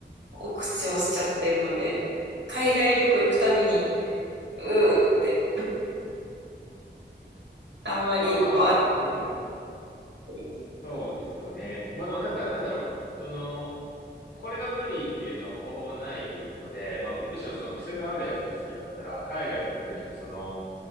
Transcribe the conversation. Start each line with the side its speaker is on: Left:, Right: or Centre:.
Right: お口をしちゃってるので、海外旅行行くたびに、うーって、あんまり合わなく
Left: まあまあ、うん。
Right: ても。
Left: そうですよね。まあでもなんか、なんだろう。その、これが無理っていうのはほぼほぼないので、まあむしろその癖のあるやつが好きだったら、海外に行った時にその、